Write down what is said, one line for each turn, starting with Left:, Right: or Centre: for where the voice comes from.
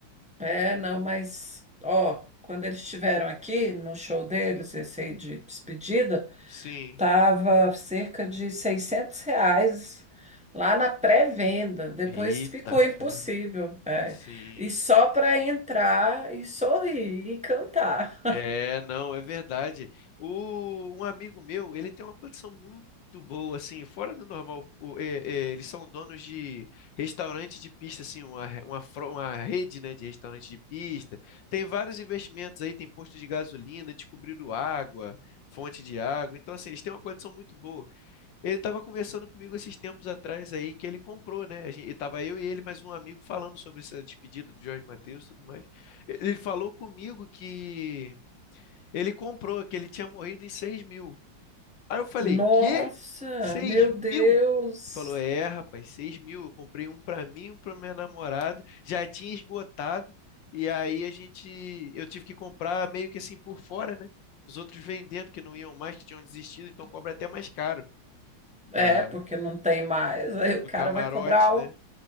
Centre: é, não, mas, ó, quando eles estiveram aqui no show deles, esse aí de despedida,
Left: Sim.
Centre: Tava cerca de 600 reais lá na pré-venda. Depois
Left: Eita,
Centre: ficou
Left: fé.
Centre: impossível. é.
Left: Sim.
Centre: E só para entrar e sorrir e cantar.
Left: É, não, é verdade. O, um amigo meu, ele tem uma condição muito boa, assim, fora do normal. O- é, é, eles são donos de restaurante de pista, assim, uma, re- uma, fro- uma rede, né, de restaurante de pista. Tem vários investimentos aí, tem posto de gasolina, descobriram água, fonte de água. Então, assim, eles têm uma condição muito boa. Ele estava conversando comigo esses tempos atrás aí, que ele comprou, né? A gente, tava eu e ele, mais um amigo, falando sobre essa despedida do Jorge Mateus e tudo mais. Ele falou comigo que ele comprou, que ele tinha morrido em 6 mil. Aí eu falei,
Centre: Nossa,
Left: quê? seis
Centre: meu
Left: mil?
Centre: Deus.
Left: Ele falou, é, rapaz, 6 mil. Eu comprei um pra mim, um pra minha namorada. Já tinha esgotado. E aí a gente, eu tive que comprar meio que assim por fora, né? Os outros vendendo que não iam mais, que tinham desistido, então cobra até mais caro da,
Centre: É, porque não tem mais. Aí o
Left: do
Centre: cara
Left: camarote,
Centre: vai cobrar
Left: né?
Centre: o,